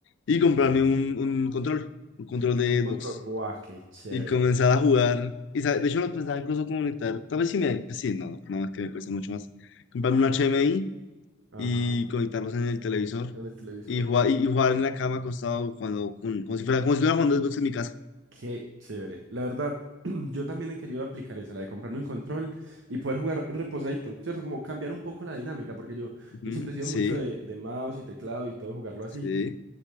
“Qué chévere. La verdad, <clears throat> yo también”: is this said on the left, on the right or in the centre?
Right